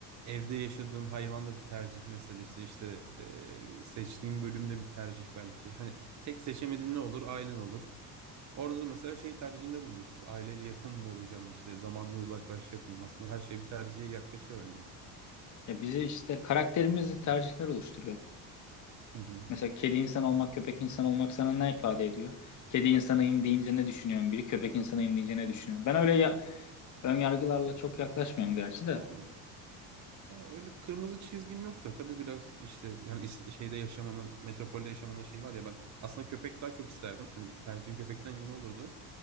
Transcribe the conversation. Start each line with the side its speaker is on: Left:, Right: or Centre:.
Right: evde yaşadığın hayvan da bir tercih meselesi. İşte eee seçtiğin bölümde bir tercih belki. Hani tek seçemediğin ne olur? Ailen olur. Orada da mesela şey tercihinde bulunursun. İşte aileyle yakın mı olacağım? İşte zamanla uzaklaşacak mıyım? Aslında her şey bir tercihe yaklaşıyor bence.
Left: ya bizi işte karakterimizi tercihler oluşturuyor.
Right: Hı hı.
Left: Mesela kedi insan olmak, köpek insan olmak sana ne ifade ediyor? Kedi insanıyım deyince ne düşünüyorsun biri, köpek insanıyım deyince ne düşünüyorsun? Ben öyle ya, ön yargılarla çok yaklaşmıyorum gerçi de.
Right: Ha, Ya öyle kırmızı çizgim yok da tabii biraz işte yani is- şeyde yaşamanın, metropolde yaşamanın şey var ya ben aslında köpek daha çok isterdim. Hani tercihim köpekten yana olurdu.